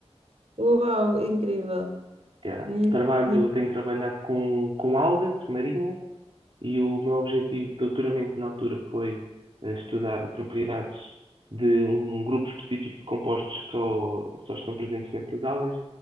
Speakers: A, on the right; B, on the right.
A: Uau, incrível.
B: Já
A: Hum,
B: trabalho,
A: hum,
B: tenho trabalhado com, com algas marinhas E o meu objetivo de doutoramento na altura foi eh, estudar propriedades de um grupo específico de compostos que só, só estão presentes nestas aulas,